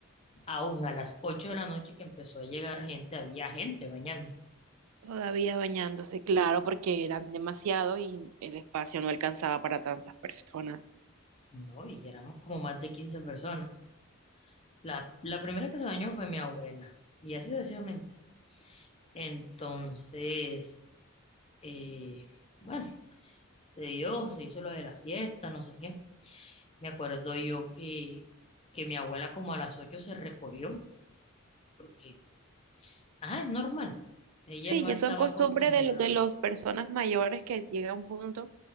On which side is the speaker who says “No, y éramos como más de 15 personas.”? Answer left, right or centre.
Left